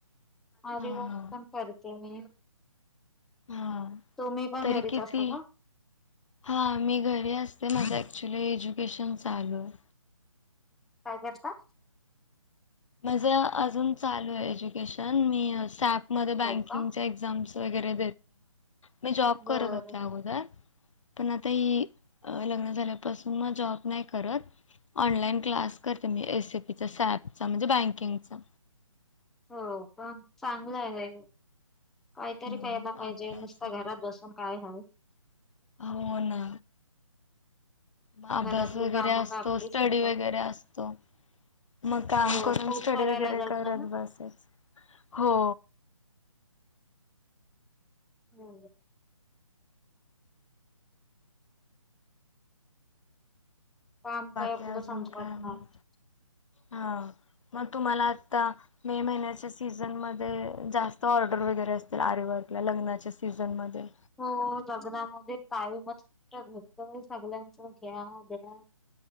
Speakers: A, in the centre; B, on the left (about 65°).
A: आिवर्
B: हा हा
A: पण करते मी
B: हा.
A: तुम्ही पण
B: तरी
A: घरीच
B: किती
A: असता का?
B: हा मी घरी असते माझं ऍक्च्युली एज्युकेशन चालू आहे.
A: काय करता?
B: माझे अजून चालू आहे एज्युकेशन मी सॅपमध्ये बँकिंगचे
A: हो का?
B: एक्झाम वगैरे मी जॉब करत
A: बरं.
B: होते अगोदर. पण आता ही लग्न झाल्यापासून मग जॉब नाही करत. ऑनलाइन क्लास करते मी एस एपीचा सॅपचा म्हणजे बँकिंगचा
A: हो पण चांगलं आहे. काहीतरी
B: हम्म,
A: करायला पाहिजे
B: अभ्यास
A: नुसतं
B: वगैरे.
A: घरात बसून काय आहे.
B: हो ना. मग अभ्यास
A: घरातली
B: वगैरे
A: कामं
B: असतो
A: काय आपली
B: स्टडी
A: संपत
B: वगैरे
A: नाही.
B: असतो. मग काम
A: हो
B: करून
A: खूप
B: स्टडी
A: करायला
B: वगैरे
A: लागत
B: करत
A: ना ग.
B: बसेच हो.
A: हो. काम
B: बाकी
A: काय आपलं
B: अजून
A: संपत
B: काय मग
A: नाही.
B: हा. मग तुम्हाला आता मे महिन्याच्या सीझन मध्ये जास्त ऑर्डर वगैरे असतील आरी वर्क लग्नाच्या सीझन मध्ये
A: हो लग्नामध्ये कायम घटतंय सगळ्यांच या द्या